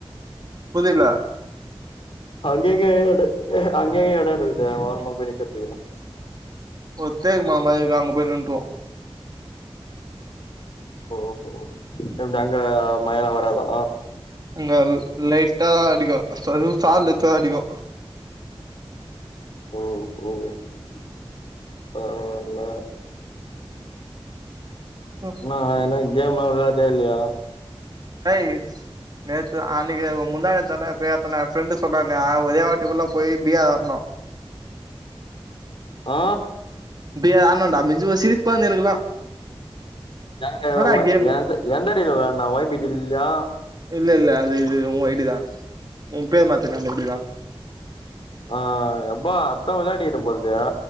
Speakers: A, on the right (about 45°); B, on the left (about 65°).
A: புதில
B: அங்கேங்கே எடு அங்கேங்க எட இருக்குது ஓரமா போய் நிக்கற்துக்கு
A: ஒத்தேகு மா மாரி இருக்கு அங்க போய் நின்ற்வோ
B: ஓஹோ ஏன்டா அங்க மழைலா வராதா
A: அங்க லைட்டாதா அடிக்கு சர்ல் சார்ல் லைட்டாதா அடிக்கு
B: ம் ம் பரவா இல்ல
A: பா
B: ஆ என்ன கேம்லா விளாட்ரியா இல்லயா
A: டைஸ் நேத்து அன்னைக்கு முந்தா நேத்தாண்டா எப்புயோ ஏத்துன ஃப்ரெண்டு் சொன்னானு ஒரே வாட்டுக்குள்ள போய் இப்பியா வர்ணு
B: ஆ
A: இப்டியே ஆட்னோன்டா மிஞ்சுபோ சிரிப்பா இருந்து எனக்குலா
B: யாரு
A: என்னடா
B: ஒய்
A: கேமு
B: எந்து எந்தடில விளாட்ன வொய்ப் இடில்யா
A: இல்ல இல்ல அது இது வொய்டுதா உன் பேர் மாத்துன அந்த இதுதா
B: ஆ எப்பா அட்த்தா விளாடிகிட்டு போல்துயா